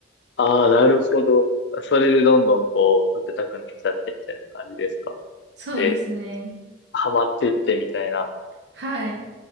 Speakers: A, on the left; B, on the right.
A: ああ、なるほど。それでどんどんこう、食べたくなっちゃってみたいな感じですか。
B: そうですね。
A: で、ハマってってみたいな。
B: はい。